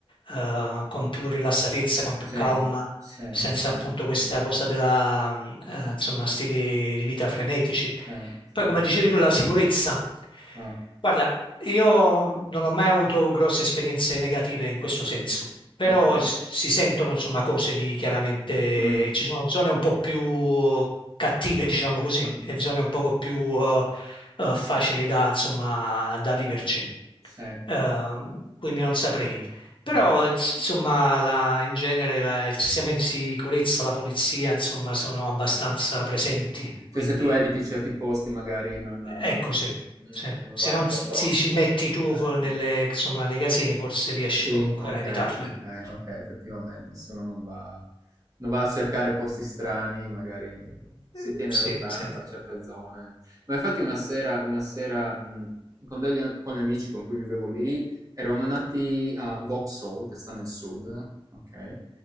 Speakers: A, on the left; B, on the right.
A: eh, con più rilassatezza, con più
B: Sì,
A: calma,
B: sì,
A: senza
B: sì,
A: appunto
B: sì,
A: questa
B: sì,
A: cosa della,
B: sì.
A: eh, insomma, stili di vita frenetici.
B: Eh, sì,
A: Poi, come dicevi
B: sì,
A: tu,
B: sì.
A: la sicurezza.
B: Ah,
A: Guarda, io non ho mai avuto grosse esperienze negative in questo senso, però
B: okay.
A: s- si sentono insomma cose di chiaramente
B: Mh,
A: ci sono zone un po' più cattive, diciamo così,
B: mh,
A: e zone un poco più eh, eh, facili da insomma da viverci.
B: sì,
A: Ehm, quindi non saprei. Però
B: mh.
A: ins- insomma la- in genere la- i sistemi di sicurezza, la polizia insomma sono abbastanza presenti,
B: Cioè
A: quindi
B: se tu eviti certi posti magari non
A: eh,
B: non
A: è così.
B: mh-mh,
A: Sì.
B: non
A: Se
B: vai
A: non
B: incontro
A: ti ci
B: incontro
A: metti
B: a problemi.
A: tu fo- nelle- insomma, nei casini forse riesci
B: Sì,
A: comunque
B: okay,
A: a evitarli.
B: okay, okay, effettivamente se uno non va non va a cercare posti strani, magari si
A: Eh,
B: tiene
A: Sì,
B: lontano
A: sì.
B: da certe zone. Ma infatti una sera una sera, mhmm, con degli a con gli amici con cui vivevo lì, eravamo andati a Vauxhall, che sta nel sud, okay,